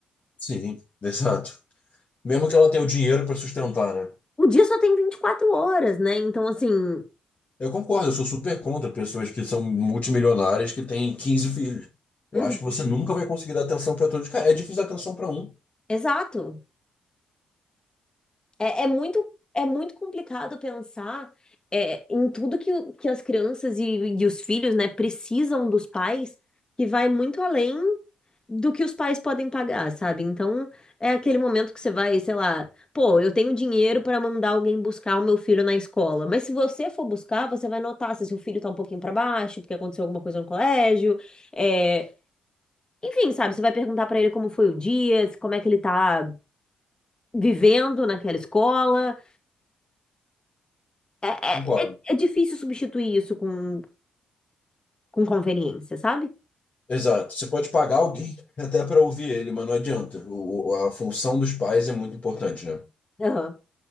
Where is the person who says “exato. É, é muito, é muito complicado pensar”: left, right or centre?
Left